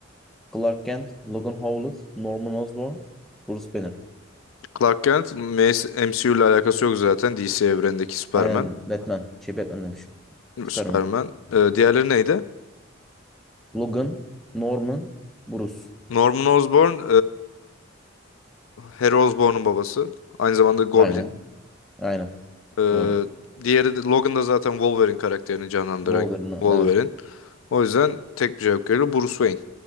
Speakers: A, in the centre; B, on the left.
A: Clark Kent, Logan Howlett, Norman Osborn, Bruce Banner.
B: Clark Kent M S M C U ile alakası yok zaten. D C evrenindeki Superman.
A: Aynen Batman. Şey Batman demişim. Superman.
B: Superman. Eee diğerleri neydi?
A: Logan, Norman, Bruce.
B: Norman Osborn Harry Osborn'un babası. Aynı zamanda Goblin.
A: Aynen. Aynen.
B: Ee,
A: Doğru.
B: diğeri de, Logan da zaten Wolverine karakterini canlandıran
A: Wolverine.
B: Wolverine.
A: Evet.
B: O yüzden tek bir cevap geliyor. Bruce Wayne.